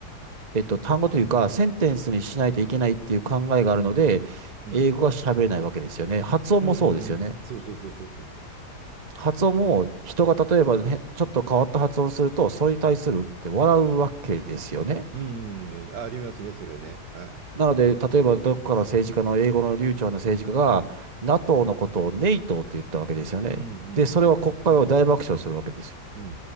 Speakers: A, on the right (about 30°); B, on the right (about 80°).
A: えっと、単語というか、センテンスにしないといけないっていう考えがあるので、
B: うんうん
A: 英語が喋れないわけですよね。発音もそうですよね。
B: うんうんうんそうそうそうそうそうそう
A: 発音も人が例えば、ね、ちょっと変わった発音すると、それに対するって笑うわけですよね。
B: うんうんうん、ありますね、それね。はい。
A: なので、例えばどっかの政治家の英語の流暢な政治家が、NATO のことをネイトと言ったわけですよね。
B: うんうんうんうん。
A: で、それは国会を大爆笑するわけですよ。
B: うんうんう